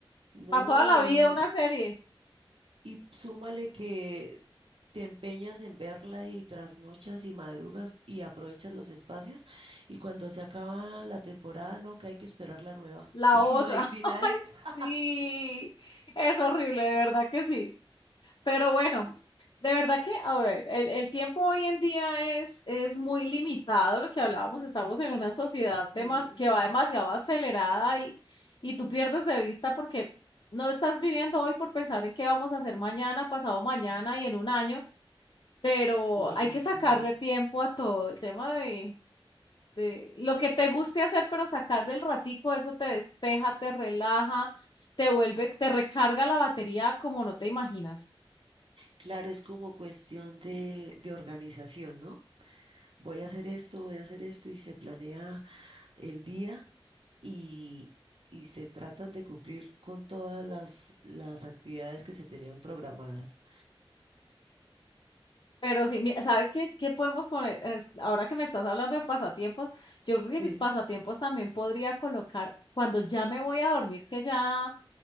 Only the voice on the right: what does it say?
No,
y,
y súmale que te empeñas en verla y trasnochas y madrugas y aprovechas los espacios. Y cuando se acaba la temporada, no, que hay que esperar la nueva.
<laughs> Y
no hay final.
<laughs>
Sí,
sí.
Oye,
sí.
Claro, es como cuestión de, de organización, ¿no? Voy a hacer esto, voy a hacer esto y se planea el día y, y se tratan de cumplir con todas las, las actividades que se tenían programadas.
Sí,